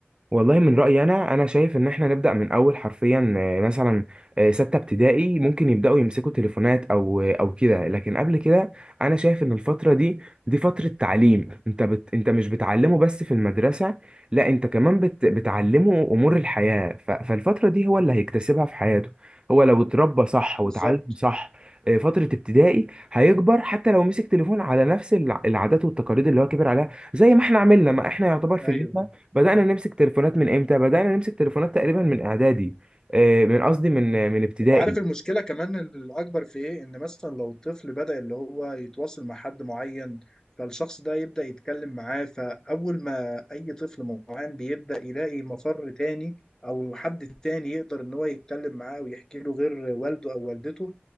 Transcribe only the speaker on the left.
بالظبط
ايوه
وعارف المشكلة كمان الاكبر في ايه ان مثلا لو الطفل بدأ اللي هو يتواصل مع حد معين فالشخص ده يبدأ يتكلم معاه فاول ما اي طفل معين بيبدأ يلاقي مفر تاني او حد تاني يقدر ان هو يتكلم معاه ويحكي له غير والده او والدته